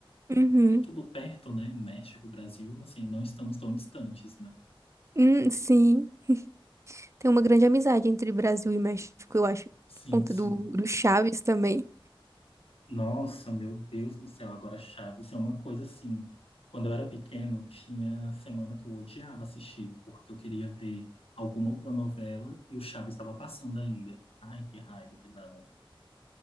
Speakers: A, on the right (about 30°); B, on the left (about 85°).
A: Uhum.
B: É tudo perto, né? México, Brasil, assim, não estamos tão distantes, né?
A: Hum, sim. Tem uma grande amizade entre Brasil e México, eu acho. Por
B: Sim,
A: conta
B: sim.
A: do, do Chaves também.
B: Nossa, meu Deus do céu, agora Chaves é uma coisa assim. Quando eu era pequeno, tinha semana que eu odiava assistir, porque eu queria ver alguma outra novela e o Chaves estava passando ainda. Ai, que raiva que dava.